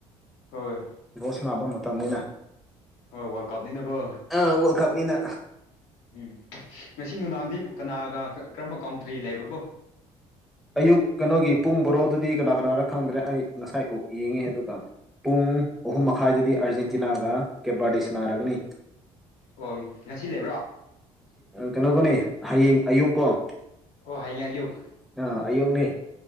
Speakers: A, on the left; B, in the centre.
A: ꯍꯣꯏ
B: ꯚꯣꯁ ꯅꯥꯕ ꯃꯇꯝꯅꯤꯅ
A: ꯍꯣꯏ ꯋꯥꯔꯜ ꯀꯞꯅꯤꯅꯀꯣ
B: ꯑꯥ ꯋꯥꯔꯜ ꯀꯞꯅꯤꯅ
A: ꯎꯝ ꯉꯁꯤ ꯅꯨꯡꯗꯥꯡꯗꯤ ꯀꯅꯥꯒ ꯀꯔꯝꯕ ꯀꯥꯎꯟꯇ꯭ꯔꯤ ꯂꯩꯕ꯭ꯔ ꯀꯣ
B: ꯑꯌꯨꯛ ꯀꯩꯅꯣꯒꯤ ꯄꯨꯡ ꯕꯣꯔꯣꯗꯨꯗꯤ ꯀꯅꯥ ꯀꯅꯥꯔ ꯈꯪꯗ꯭ꯔꯦ ꯑꯩ ꯉꯁꯥꯏ ꯑꯣ ꯌꯦꯡꯉꯦ ꯑꯗꯨꯒ ꯄꯨꯡ ꯄꯨꯡ ꯑꯍꯨꯝ ꯃꯈꯥꯏꯗꯗꯤ ꯑꯥꯔꯖꯦꯟꯇꯤꯅꯥꯒ ꯀꯦꯕꯔꯗꯁꯅꯥꯔꯒꯅꯤ
A: ꯑꯣ ꯉꯁꯤ ꯂꯩꯕ꯭ꯔꯣ
B: ꯀꯩꯅꯣꯒꯅꯦ ꯍꯌꯦꯡ ꯑꯌꯨꯛꯀꯣ
A: ꯑꯣ ꯍꯥꯏꯡ ꯌꯎꯛ
B: ꯑ ꯑꯌꯨꯛꯅꯦ